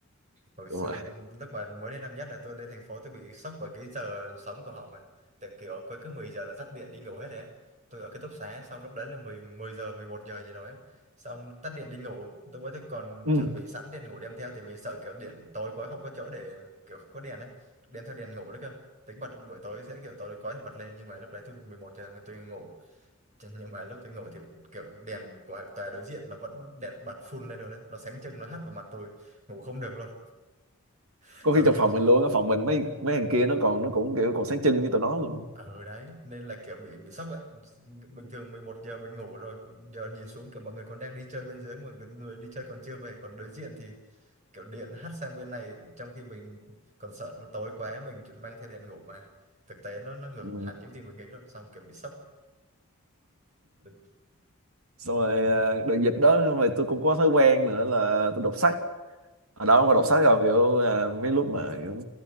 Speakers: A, on the right; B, on the right.
A: hồi xưa
B: đúng rồi
A: cái- lúc mà mới đến năm nhất là tôi lên thành phố tôi bị sốc bởi cái giờ sống của họ mà tại kiểu quay cứ 10 giờ là tắt điện đi ngủ hết đấy á. tôi ở ký túc xá xong lúc đấy là 10 10 giờ 11 giờ gì đó á. xong tắt điện đi ngủ lúc ấy tôi còn
B: ừ.
A: chuẩn bị sẵn đèn ngủ đem theo tại vì sợ kiểu điện tối quá không có chỗ để kiểu không có đèn ấy đem theo đèn ngủ đấy cơ tính bật buổi tối sẽ kiểu tối quá thì bật lên nhưng mà lúc đấy tôi 11 giờ là tôi ngủ Chứ nhưng mà lúc tôi ngủ thì kiểu đèn của tòa đối diện nó vẫn đẹp bật full lên rồi đấy nó sáng trưng nó hắt vào mặt tôi ngủ không được luôn <laughs>
B: có
A: xong
B: khi trong
A: nhìn
B: phòng mình luôn á phòng mình mấy
A: Ờ,
B: mấy thằng kia nó còn nó cũng kiểu còn sáng trưng với tụi nó luôn
A: ừ đấy nên là kiểu bị bị sốc ấy bình thường 11 giờ mình ngủ rồi giờ nhìn xuống kiểu mọi người còn đang đi chơi bên dưới mọi người, người đi chơi còn chưa về còn đối diện thì kiểu điện hắt sang bên này trong khi mình còn sợ nó tối quá mình chỉ mang theo đèn ngủ mà thực tế nó nó ngược
B: Ừ.
A: hẳn những gì mình nghĩ luôn xong kiểu bị sốc Đúng.
B: xong rồi à, đợt dịch đó xong rồi tôi cũng có thói quen nữa là tôi đọc sách ở đó có đọc sách rồi kiểu à, mấy lúc mà kiểu